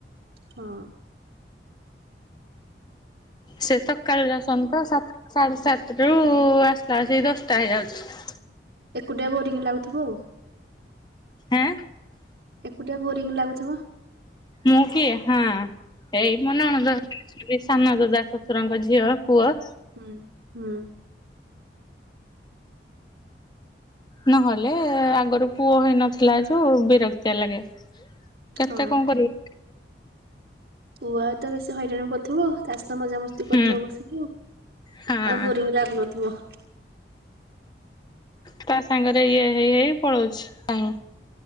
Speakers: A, on the right; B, on the left.
A: ହଁ।
B: ସେ ତକାଳୁ ଯାଉସନ୍ତି ତ। ସାତ୍ ସାଢେ ସାତ ରୁ ଆସିଲା ଏସିକି ଦଶଟା ହେଇଯାଉଛି।
A: ଏକୁଟିଆ ବୋରିଂ ଲାଗୁଥିବ ଆଉ।
B: ଆଃ।
A: ଏକୁଟିଆ ବୋରିଂ ଲାଗୁଥିବ।
B: ମୁଁ କିଏ? ହଁ ଏଇ ମୋ ନଣନ୍ଦ ଘରକୁ ସାନ ଦାଦା ଶଶୁରଙ୍କ ଝିଅ ପୁଅ-
A: ହୁଁ। ହୁଁ।
B: ନହେଲେ ଆଗରୁ ପୁଅ ହେଇ ନଥିଲା ଯୋଉ ବିରକ୍ତିଆ ଲାଗେ। କେତେ
A: ହଁ
B: କଣ କରିବି।
A: ପୁଆ ତ ବେଶୀ ହଇ ରାଣ କର ଥିବ ତା ସହିତ ମଜାମସ୍ତି
B: ହୁଁ
A: କରୁଥିବ ବସିକି, ଆଉ
B: ହଁ
A: ଆଉ ବୋରିଂ ଲାଗୁନଥିବ।
B: ତା ସାଙ୍ଗରେ ଇଏ ହେଇ ହେଇ ପଳଉଛି ଟାଇମ୍।